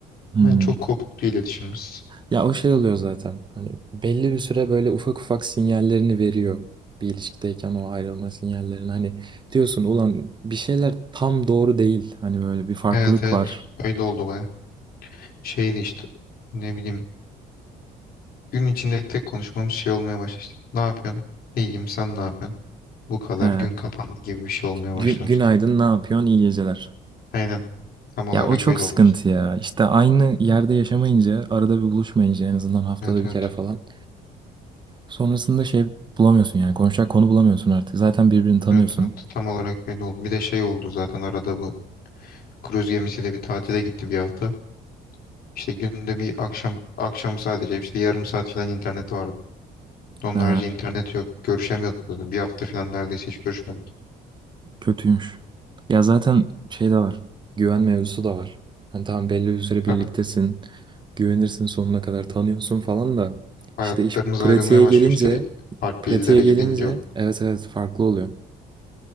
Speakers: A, on the right (about 25°); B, on the left (about 60°).
A: Hmm.
B: Ben çok kopuktu iletişimimiz.
A: Ya o şey oluyor zaten. Hani belli bir süre böyle ufak ufak sinyallerini veriyor. Bir ilişkideyken o ayrılma sinyallerini. Hani diyorsun ulan bir şeyler tam doğru değil. Hani böyle bir farklılık
B: Evet evet
A: var.
B: öyle oldu baya. Şeydi işte ne bileyim gün içinde tek konuşmamız şey olmaya başladı. işte. Ne yapıyorsun? İyiyim sen ne yapıyorsun? Bu kadar
A: He,
B: gün kapandı gibi bir şey olmaya başlamıştı.
A: gü- günaydın, ne yapıyorsun? iyi geceler.
B: Aynen tam olarak
A: Ya o çok
B: öyle
A: sıkıntı
B: oldu işte.
A: ya. İşte aynı yerde yaşamayınca, arada bir buluşmayınca en azından haftada
B: Evet
A: bir
B: evet
A: kere falan. Sonrasında şey bulamıyorsun yani konuşacak konu bulamıyorsun artık. Zaten birbirini tanıyorsun.
B: evet evet tam olarak öyle oldu. Bir de şey oldu zaten arada bu kruz gemisiyle bir tatile gitti bir hafta. İşte günde bir akşam akşam sadece işte yarım saat falan internet vardı. Onun
A: Ha,
B: harici internet yok. Görüşemiyorduk. zaten. Bir hafta falan neredeyse hiç görüşmedik.
A: kötüymüş. Ya zaten şey de var. Güven mevzusu da var. Hani tamam belli bir süre
B: Tabii
A: birliktesin. Güvenirsin sonuna kadar tanıyorsun falan da.
B: hayatlarımız
A: İşte iş pratiğe
B: ayrılmaya başlıyor
A: gelince,
B: işte farklı
A: pratiğe
B: illere
A: gelince
B: gidince.
A: evet evet farklı oluyor.